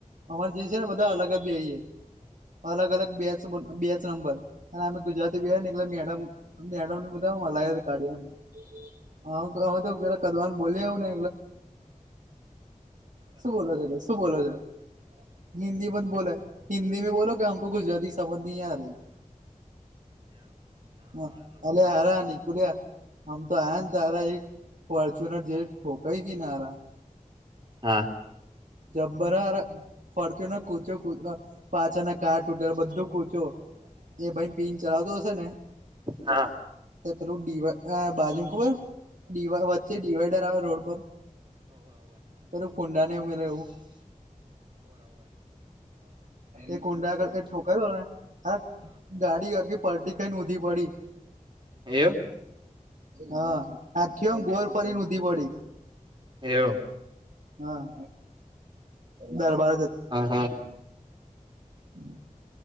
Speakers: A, on the right; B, on the right.
A: અમાર જે છે, ને બધા અલગ જ બેહીયે અલગ અલગ બે સબંધ બેન્ચ નંબર અને અમે ગુજરાતી બેહીયે ને એટલે મેડમ મેડમ ને બધા હુ હલાય કાઢીએ એમ
B: <inaudible>
A: હા અવે તોરા કદવાન બોલીએ એવું ને શું બોલો છો, શું બોલો છો હિન્દી મા જ બોલે હિન્દી મે બોલો ક્યા હમ ગુજરાતી સમજ નહી આ રહી હ અરે હારા નીકુળ્યા હમ તો આયા ને તારા ફોર્ચ્યુનર જે ઠોકાઈ હતી ને હારા
B: હા.
A: જબરા હારા ફોર્ચ્યુનર કુચો કુ અ પાછળ ના કાચ ટૂટેલા બધું કૂચો એ ભાઈ પીન ચલાવતો હશે ને
B: હા
A: <unintelligible> બાજુ ખબર. <unintelligible> વચ્ચે ડિવાઈડર આવે રોડ પર <unintelligible> હા એ કુંડા <unintelligible> હા ગાડી આગી પલટી ખાઈને <unintelligible> પડી.
B: એવું
A: હા આખી એમ ગોળ ફરીને ઉધી પડી.
B: એવ.
A: હા દરબાર.
B: હા હા.
A: હમ.